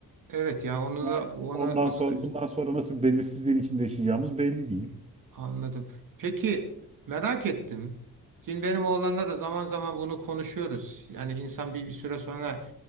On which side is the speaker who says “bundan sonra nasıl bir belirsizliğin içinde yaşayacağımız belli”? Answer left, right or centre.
Right